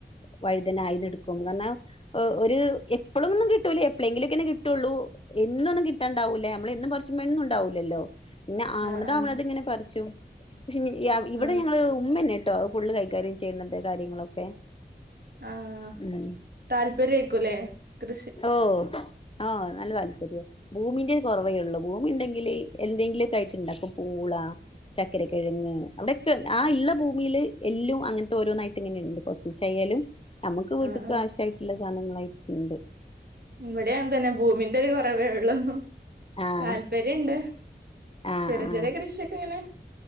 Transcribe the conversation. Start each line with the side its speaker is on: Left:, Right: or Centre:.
Left: വഴുതന ആയത എടുക്കും കാരണം് ഒരു എപ്പോഴും ഒന്നും കിട്ടൂല്ലേ എപ്പോഴെങ്കിലൊക്കെെ കിട്ടുള്ളൂ എന്നും ഒന്നും ഇട്ടുണ്ടാവേ നമ്മ മന്നണ്ടാവൂില്ലല്ലോ പിന്നെ അവണത
Right: ആഹ് ആഹ്
Left: അവണത് ഇങ്ങനെ പിച്ചു പക്ഷെ ഇവിടെ
Right: ആഹ്
Left: ഞങ്ങള്ൾ ഉമ്മന്നട്ട കേട്ടോ ഫുള്ള് കൈകാര്യം ചെയ്യത് കാര്യങ്ങളൊക്കെ
Right: ആഹ
Left: ഉം
Right: താല്പര്യേക്കൂല്ലേ കൃ
Left: ഓ ആഹ നല്ല താല്പര്യം ഭൂമിന്റെ കുറവേ ഉള്ളൂ ഭൂമി ഉണ്ടെങ്കില്ിൽ എന്തെങ്കിലുമൊക്കെ ആയിട്ട് ഇണ്ടാക്കും പൂള ചക്കര കിഴങ്ങ് അവിടെയൊക്കെ ആ ഉള്ള ഭൂമിയില് എല്ലാം അങ്ങനത്തെ ഓരോന്നായിട്ട് ഇങ്ങനെുണ്ട് കൊച്ചച്ചായാലും നമ്മക്ക് വീട്ടക്ക്
Right: ആഹ്
Left: ആവശ്യായിട്ടുള്ള സാധനങ്ങളായിട്ട് എന്ത്
Right: ഇവിടെയാ തന്നെ ഭൂമിന്റെ ഒരു കുറവേ ഉള്ളു
Left: ആഹ്
Right: താല്പര്യുണ്ട്
Left: ആഹ്
Right: ചെറിയ
Left: ആഹ്
Right: ചെറിയ കൃഷിയൊക്കെ ഇങ്ങനെ